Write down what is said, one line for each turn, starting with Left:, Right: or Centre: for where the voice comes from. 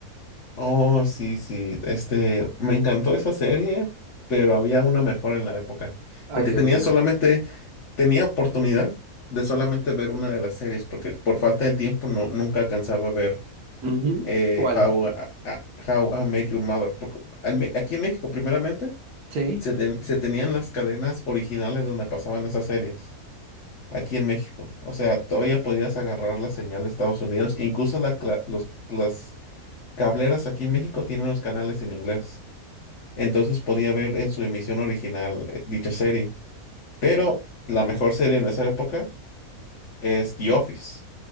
Left: oh, sí, sí. Este, me encantó esa serie, pero había uno mejor en la época.
Right: Ay,
Left: Porque
Right: Dios
Left: tenía
Right: mío.
Left: solamente tenía oportunidad de solamente ver una de las series, porque por falta de tiempo no, nunca alcanzaba a ver
Right: Ujú.
Left: eh,
Right: ¿Cuál?
Left: How, a- a- How I Met Your Mother. Porque en Me- aquí en México, primeramente,
Right: Sí,
Left: se, ten- se tenían las cadenas originales donde pasaban esas series. Aquí en México. O sea, todavía podías agarrar la señal de Estados Unidos. Incluso la cla- los, las cableras aquí en México tienen los canales en inglés. Entonces podía ver en su emisión original eh, dicha serie. Pero la mejor serie en esa época es The Office.